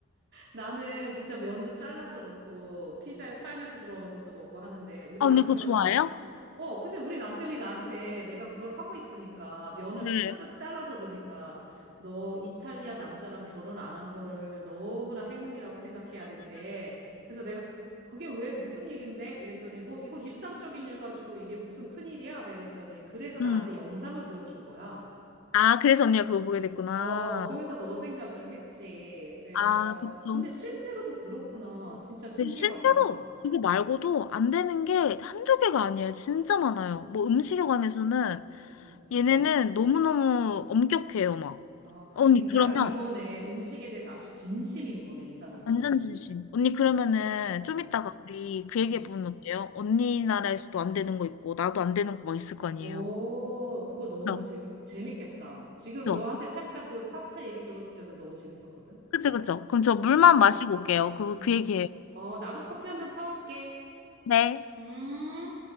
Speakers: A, on the right; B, on the left.
A: 나는 진짜 면도 잘라서 넣고 피자에 파인애플 들어간 것도 먹고 하는데 우리
B: 아
A: 남편이
B: 언니 그거 좋아해요?
A: 어 근데 우리 남편이 나한테 내가 그걸 하고 있으니까 면을
B: 네.
A: 뿌려득 잘라서 넣으니까 너 이탈리아 남자랑 결혼 안 한 거를 너무나 행운이라고 생각해야 된대. 그래서 내가 그게 왜 무슨 일인데? 이랬더니 뭐 이거 일상적인 일 가지고 이게 무슨 큰일이야? 나 이랬더니 그래서 나한테
B: 음.
A: 영상을 보여준 거야.
B: 아 그래서 언니가 그거 보게 됐구나.
A: 어, 그러면서 너 생각을 했지. 그래서,
B: 아
A: 어,
B: 그쵸.
A: 근데 실제로도 그렇구나. 진짜 신기하다.
B: 근데 실제로
A: 아,
B: 이거 말고도 안 되는 게 한두 개가 아니에요. 진짜 많아요. 뭐 음식에 관해서는
A: 정,
B: 얘네는
A: 어.
B: 너무너무 엄격해요, 막.
A: 아, 그,
B: 언니,
A: 그러니까
B: 그러면
A: 이거네. 음식에 대해서 아주 진심인 거네, 이 사람들은.
B: 완전 진심. 언니, 그러면은
A: 어,
B: 좀 이따가 우리 그 얘기해
A: 음.
B: 보면 어때요? 언니
A: 맞다.
B: 나라에서도 안 되는 거 있고, 나도 안 되는 거 막 있을 거 아니에요.
A: 오, 그거 너무
B: 그죠?
A: 재밌, 재밌겠다. 지금
B: 그죠?
A: 너한테 살짝 그 파스타 얘기 들었을 때도 너무 재밌었거든?
B: 그죠? 그죠? 그럼 저
A: 어, 어.
B: 물만
A: 어.
B: 마시고 올게요. 그,
A: 음.
B: 그 얘기해요.
A: 어, 나도 커피 한잔 타올게.
B: 네.
A: 음.